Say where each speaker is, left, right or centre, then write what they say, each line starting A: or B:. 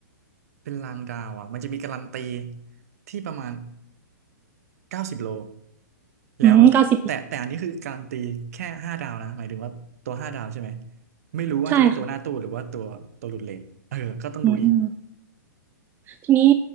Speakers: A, on the right; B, on the right.
A: เป็นรางดาวอ่ะมันจะมีการันตีที่ประมาณ เก้าสิบโล แล้วแต่แต่อันนี้คือการันตีแค่ห้าดาวนะหมายถึงว่าตัวห้าดาวใช่ไหม
B: อืมเก้าสิบ
A: ไม่รู้ว่าจะได้ตัวหน้าตู้หรือว่าตัวตัวหลุดเรทเออ
B: ใช่ค่ะ
A: ก็ต้องดูอีก
B: อืมทีนี้